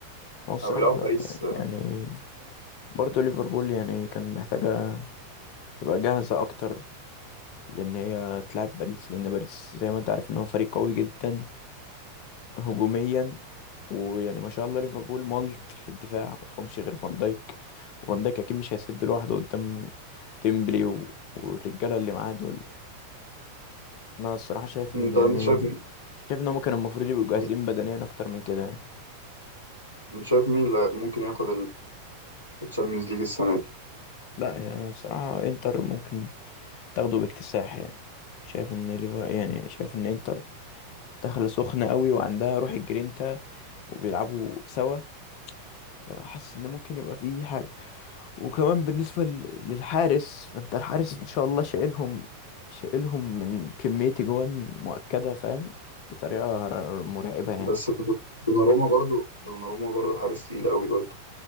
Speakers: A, on the left; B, on the right.
A: هو الصراحة
B: او بيلعبوا
A: ب-
B: باريس
A: يعني برضه ليفربول يعني كان محتاجة تبقى جاهزة أكتر لأن هي تلعب باريس لأن باريس زي ما أنت عارف إن هو فريق قوي جدا هجوميا ويعني ما شاء الله ليفربول ملط في الدفاع ما فيهمش غير فان دايك وفان دايك أكيد مش هيسد لوحده قدام ديمبلي و... والرجالة اللي معاه دول انا الصراحه شايف
B: انت
A: ان يعني
B: انت شايف
A: شايف ان هم كانوا المفروض يبقوا جاهزين
B: مين-
A: بدنيا اكتر من كده يعني
B: انت شايف مين اللي ممكن ياخد الشامبيونز ليج السنه دي
A: لا يعني الصراحه انتر ممكن تاخده باكتساح يعني شايف ان ليفر يعني شايف ان انتر داخله سخنه قوي وعندها روح الجرينتا وبيلعبوا سوا فحاسس ان ممكن يبقى فيه حاجه وكمان بالنسبه ل- للحارس فانت الحارس ما شاء الله شايلهم شايلهم من كميه جوان مؤكده فاهم بطريقه ر- ر- مرعبه يعني
B: بس دوناروما برضو دوناروما برضو حارس تقيل قوي برضو